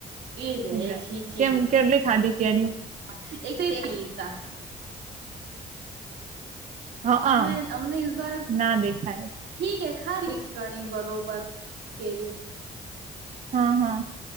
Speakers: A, on the right; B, on the right.
A: એ રે
B: એટલે
A: છી છી
B: કેમ
A: છી
B: કેટલી ખાધી કેરીઓ
A: <unintelligible>
B: હ હ
A: અમે અમને ઈસ બાર
B: ના દેખાય
A: ઠીક હે ખાલી ઘણી બરોબર કેરીઓ
B: હ હા